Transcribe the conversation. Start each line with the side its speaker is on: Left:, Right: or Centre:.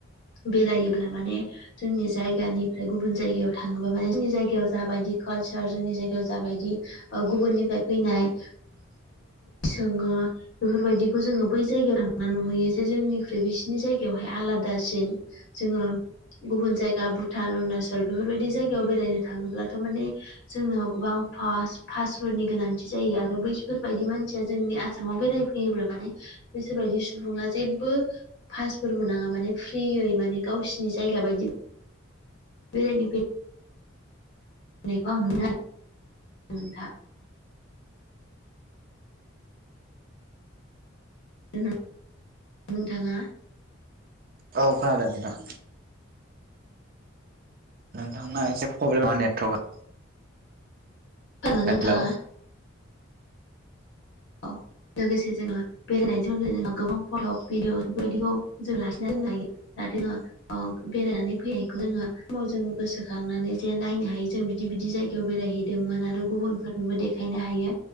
Left: बेरायोब्ला माने जोंनि जायगानिफ्राय गुबुन जायगायाव थांङोबा माने जोंनि जायगायाव जाबायदि कालसार जोंनि जायगायाव जाबायदि ओ गुबुननिफ्राय फैनाय सोंङो बेफोरबायदिखौ जोंङो बै जायगायाव थांनानै नुहैयो जे जोंनिख्रुइ बिसिनि जायगायावहाय आलादासिन! जोंङो गुबुन जायगा भुटान अरुणाचल बेफोरबायदि जायगायाव बेरायनो थाङोब्लाथ' माने जोंनाव गोबां पास-पासफोरनि गोनांथि जायो आरो बैफोरबायदि मानसिया जोंनि आसामाव बेराय फैयोब्ला माने बिसोर बायदि सुबुंङा जेबबो फासफोरबो नांङा माने फ्रियै माने गावसिनि जायगा बायदि बेरायनो फै नायखौ आं नु <unintelligible> आरो नोंथां। <unintelligible> नोंथांङा
Right: औ खोनादों नोंथां! नोंथांना एसे प्रब्लेम <unintelligible> नेटवर्कआ
Left: <unintelligible>
Right: हेलौ
Left: नोंथांङा? औ लोगोसे जोंहा बेरायनायजों लोगोसे जों <unintelligible> गोबां फट' भिडिअ बेफोरबायदिखौ जों लाखिना दोननो हायो दा जोंङो ओ बेरायनानै फैनायखौ जोङो समाव जोङो गोसोखांनानै जे नायनो हायो जों बिदि बिदि जायगायाव बेरायहैदोंमोन आरो गुबुनफोरनोबो देखायनो हायो